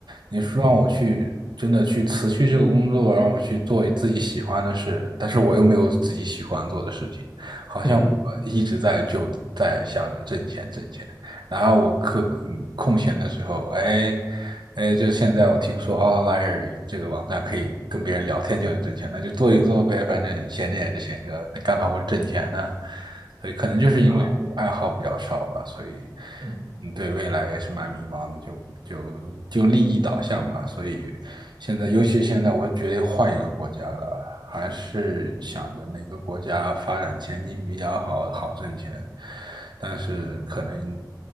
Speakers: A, on the right; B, on the right.
A: 你说让我去真的去辞去这个工作，让我去做自己喜欢的事，但是我又没有自己喜欢做的事情，好像我一直在就在想着挣钱挣钱。
B: <laughs>
A: 然后我课嗯空闲的时候，哎哎，就现在我听说 Outlier 这个网站可以跟别人聊天就能挣钱，那就做一做呗，反正闲着也是闲着，那干嘛不挣钱呢？所以可能就是因为我爱好比较少吧，
B: 啊，
A: 所以
B: 嗯。
A: 嗯对未来也是蛮迷茫的，就就就利益导向吧。所以现在，尤其现在我决定换一个国家了，还是想着哪个国家发展前景比较好，好挣钱，但是可能